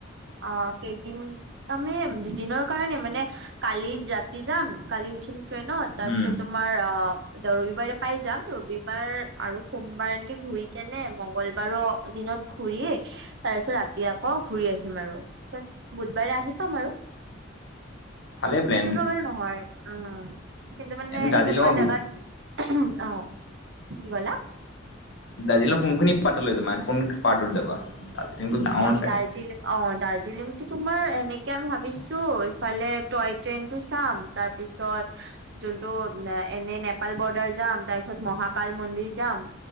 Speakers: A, on the right; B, on the left.
A: অ কেইদিন আমি দুদিনৰ কাৰণে মানে কালি ৰাতি যাম কালি উঠিম। ট্ৰেইনত তাৰপিছত
B: উম,
A: তোমাৰ অ ৰবিবাৰে পাই যাম ৰবিবাৰ আৰু সোমবাৰ এনেকে ঘূৰি কেনে মংগলবাৰৰ দিনা ঘূৰি তাৰপিছত ৰাতি টি আকৌ ঘূৰি আহিম আৰু, পিছত বুধবাৰে আহি পাম আৰু
B: ভালে
A: বেছি
B: প্লেন
A: দিনৰ কাৰণে নহয় উম কিন্তু মানে
B: দাৰ্জিলিঙৰ
A: এনেকুৱা
B: গো
A: জাগাত, অ কি কলা?
B: দাৰ্জিলিং কোনখনি পাৰ্ট লৈ যাবা কোন পাৰ্টত যাবা। দাৰ্জিলিংটো ডাঙৰ
A: অ
B: চাগে
A: দাৰ্জিলিং অ দাৰ্জিলিং দাৰ্জিলিংটো তোমাৰ এনেকে আমি ভাবিছো ইফালে টয় ট্ৰেইনতটো চাম, তাৰপিছত যোনতটো এনে নেপাল বৰ্ডাৰ যাম, তাৰপিছত মহাকাল মন্দিৰ যাম।